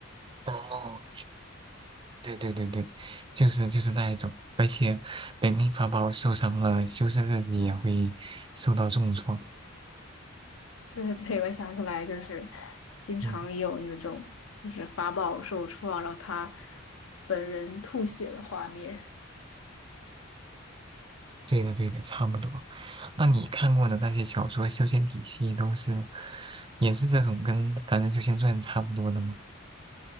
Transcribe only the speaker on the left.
<laughs> 对对对，我想起来，就是经常也有那种就是法宝受创，
然后他本人吐血的画面。